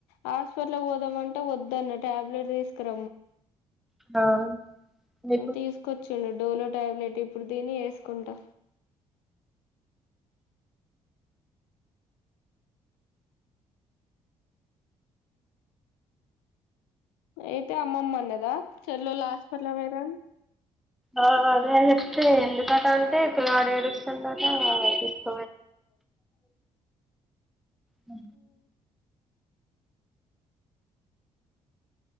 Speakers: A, on the left; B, in the centre.
A: హాస్పిటల్కి పోదామంటే వన్న టాబ్లెట్ తీసుకుర
B: ఆ మీకు
A: తీసుచ్చ డోలో టాబ్లెట్ ఇప్పుడు దిని వేసుకుంటా అయితే అమ్మమ్మన్నదా చెల్ళ హాస్పిటల్ వయర
B: ఆ అదే చెప్ే ఎందుకట అంటే పిల్వాడు ఏడుస్తుంట ఆ అ అ